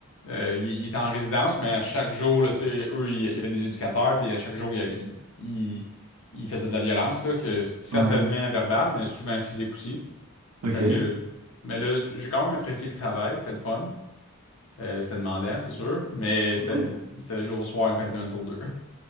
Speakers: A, on the left; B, on the right.
A: Euh, il, il était en résidence, mais à chaque jour, là, tu sais, eux, il il y avait des éducateurs, puis à chaque jour, il, il, il- il faisait de la violence, là, que certainement
B: Ouais.
A: verbale, mais souvent physique aussi.
B: Ok.
A: Fait que, mais là, j'ai quand même apprécié le travail, c'était le fun. Euh, c'était demandant, c'est sûr, mais c'était
B: Ouais,
A: c'était le jour au soir, une fin de semaine sur deux.